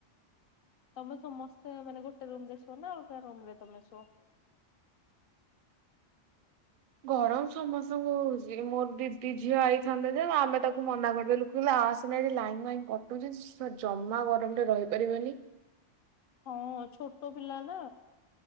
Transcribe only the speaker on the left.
ତମେ ଚ ସମସ୍ତେ ମାନେ ଗୋଟେ ରୁମ୍ ରେ ଶୁଅ ନା ଆଉ କା ରୁମରେ ତମେ ଶୁଅ?
ହଁ ଛୋଟ ପିଲା ନା।